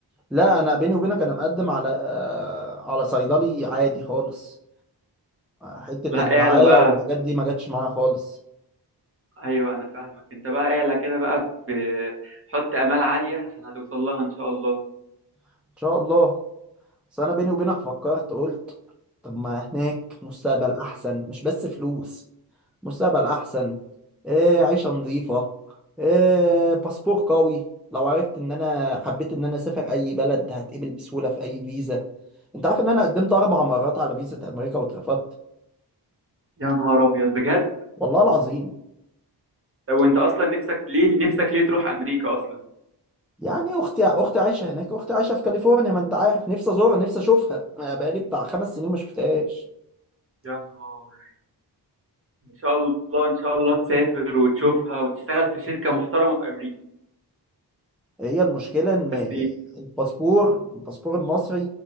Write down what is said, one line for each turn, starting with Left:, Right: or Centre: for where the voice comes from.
Centre: لا انا بيني وبينك انا مقدم على آه، على صيدلي عادي خالص حتة
Right: لا
Centre: الدعاية
Right: اعلى بقى
Centre: والحاجات دي ما جاتش معايا خالص
Right: ايوه انا فاهمك انت بقى اعلى كده بقى بحط امال عاليه عشان هتوصل لها ان شاء الله
Centre: ان شاء الله بس انا بيني وبينك فكرت قلت طب ما هناك مستقبل احسن مش بس فلوس مستقبل احسن إيه عيشة نظيفة إيه باسبور قوي لو عرفت ان انا حبيت ان انا اسافر اي بلد هتقبل بسهولة في اي فيزا انت عارف ان انا قدمت اربع مرات على فيزا امريكا واترفضت
Right: يا نهار ابيض بجد
Centre: والله العظيم
Right: لو انت اصلا نفسك ليه نفسك ليه تروح امريكا اصلا
Centre: يعني اختي اختي عايشه هناك اختي عايشه في كاليفورنيا ما انت عارف نفسي ازورها نفسي اشوفها انا بقالي بتاع خمس سنين ما شفتهاش
Right: يا نهار ان شاء الله ان شاء الله تسافر وتشوفها وتشتغل في شركه محترمه في امريكا
Centre: هي المشكلة إن
Right: بس
Centre: الباسبور الباسبور المصري